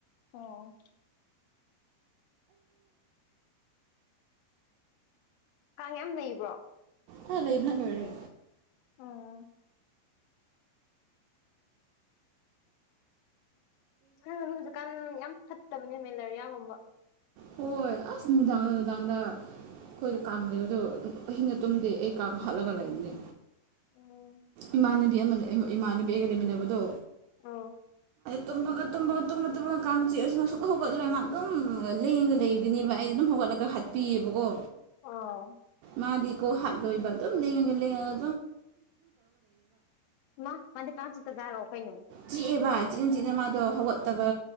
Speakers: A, on the left; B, on the right.
A: ꯑꯣ ꯀꯥꯡ ꯌꯥꯝ ꯂꯩꯕ꯭ꯔꯣ
B: ꯑ ꯂꯩ ꯂꯩꯕꯅꯔ
A: ꯑꯥ ꯑꯉ ꯍꯧꯖꯤꯛꯀꯥꯟ ꯌꯥꯝ ꯐꯠꯇꯕꯅꯦ ꯃꯦꯂꯔꯤꯌꯥꯒꯨꯝꯕ
B: ꯍꯣꯏ ꯑꯁꯅꯅꯨꯡ ꯗꯥꯡꯒꯅ ꯗꯥꯡꯒꯗ ꯑꯩꯈꯣꯏꯗ ꯀꯥꯡ ꯂꯩꯕꯗꯣ ꯀꯤꯡꯅ ꯇꯨꯝꯗꯦ ꯑꯩ ꯀꯥꯡ ꯍꯥꯠꯂꯒ ꯂꯩꯕꯅꯦ
A: ꯎꯝ
B: ꯏꯃꯥꯟꯅꯕꯤ ꯑꯃ ꯏꯃꯥꯟꯅꯕꯤꯒꯒ ꯂꯩꯃꯤꯟꯅꯕꯗꯣ
A: ꯑ
B: ꯇꯨꯝꯃꯒ ꯇꯨꯝꯕꯒ ꯇꯨꯝꯕ ꯇꯨꯝꯃꯒ ꯀꯥꯡ ꯆꯤꯑꯁꯨ ꯃꯁꯨꯛ ꯍꯧꯒꯠꯂꯣꯏ ꯃꯥ ꯑꯗꯨꯝ ꯂꯦꯡꯒ ꯂꯩꯕꯗꯨꯅꯦꯕ ꯑꯩꯗꯤ ꯑꯗꯨꯝ ꯍꯧꯒꯠꯂꯒ ꯍꯥꯠꯄꯤꯌꯦꯕꯀꯣ
A: ꯑ‌ꯣ
B: ꯃꯥꯗꯤꯀꯣ ꯍꯥꯠꯂꯣꯏꯕ ꯑꯗꯨꯝ ꯂꯉꯒ ꯂꯩꯉ
A: ꯃꯥ ꯃꯥꯗꯤ ꯀꯥꯁꯤꯠꯇꯖꯥꯔꯣꯑꯣ ꯀꯣꯏꯅ‌ꯣ
B: ꯁꯤ ꯑꯦ ꯕꯥ ꯏꯤꯟ ꯏꯆꯤꯅ ꯃꯥꯗꯣ ꯍꯧꯒꯠꯇꯕ